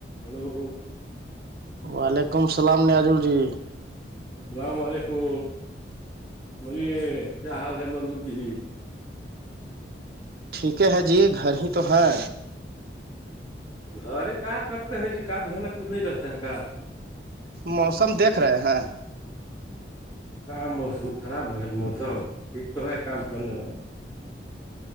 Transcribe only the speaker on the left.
hello
اللام علیکم بوے کیا حال ہے مرگوپ جی
ارے کا کرتے ہیں جی کام نانا کچھ نہیں رہتا ہے کہ
کام موسم خراب موسم تو کام کرنے لائ